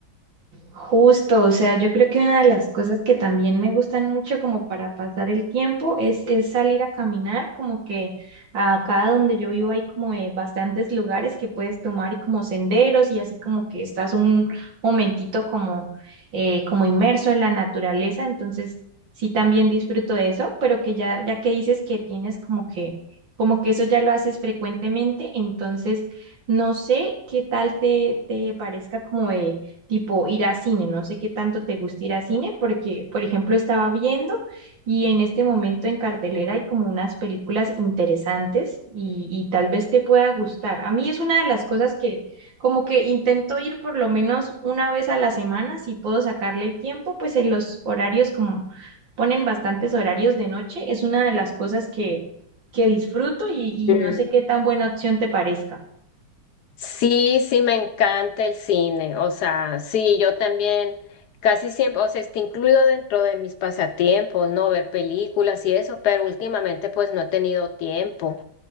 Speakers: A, on the right; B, on the left.
A: Justo, o sea, yo creo que una de las cosas que también me gustan mucho como para pasar el tiempo es, es salir a caminar, como que acá donde yo vivo hay como eh, bastantes lugares que puedes tomar y como senderos y así como que estás un momentito como, eh, como inmerso en la naturaleza, entonces sí también disfruto de eso, pero que ya, ya que dices que tienes como que, como que eso ya lo haces frecuentemente, entonces no sé qué tal te, te parezca como de tipo ir a cine. No sé qué tanto te gusta ir a cine, porque, por ejemplo, estaba viendo y en este momento en cartelera hay como unas películas interesantes y, y tal vez te pueda gustar. A mí es una de las cosas que como que intento ir por lo menos una vez a la semana, si puedo sacarle el tiempo, pues en los horarios como ponen bastantes horarios de noche, es una de las cosas que, que disfruto y, y
B: Mm.
A: no sé qué tan buena opción te parezca.
B: Sí, sí, me encanta el cine. O sea, sí, yo también casi siempre, o sea, está incluido dentro de mis pasatiempos, ¿no? Ver películas y eso, pero últimamente pues no he tenido tiempo.